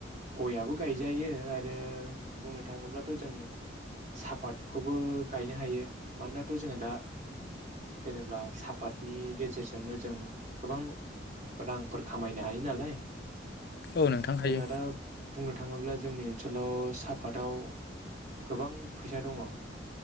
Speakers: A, on the right; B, on the left.
A: गयाबो गायजायो आरो बुंनो थाङोब्लाथ' जों सापातखौबो गायनो हायो मानोनाथो जोंहा दा जेनेबा सापातनि गेजेरजोंनो जों गोबां रांफोर खामायनो हायो नालाय
B: औ नोंथां हायो
A: जोंहा दा बुंनो नो थाङोब्ला जोंनि ओनसोलाव सापातआव गोबां फैसा दङ